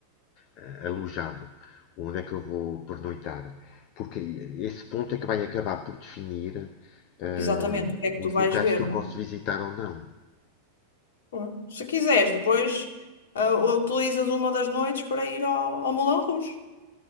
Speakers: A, on the left (about 40°); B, on the left (about 60°).
A: eh, alojado, onde é que eu vou pernoitar, porque esse ponto é que vai acabar por definir eh,
B: Exatamente, o que é que tu
A: os
B: vais
A: locais
B: ver,
A: que eu
B: não
A: posso
B: é?
A: visitar ou não.
B: Bom, Se quiseres, depois ah, utilizas uma das noites para ir ao, ao Moulin Rouge.